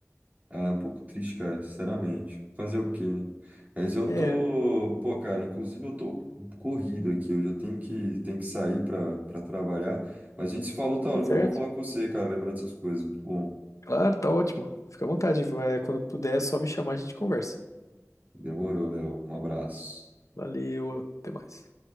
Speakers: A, on the right; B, on the left.
A: Ah, é um pouco triste, cara, sinceramente. Fazer o quê, né? Mas eu
B: É,
A: tô, pô, cara, inclusive eu tô corrido aqui, eu já tenho que, tenho que sair pra, pra trabalhar. Mas a gente se falou outra hora,
B: tá
A: foi
B: certo.
A: bom falar com você, cara, lembrar dessas coisas. Muito bom.
B: Claro, tá ótimo. Fica à vontade. Vai, quando puder, é só me chamar, a gente conversa.
A: Demorou, Léo. Um abraço.
B: Valeu, até mais.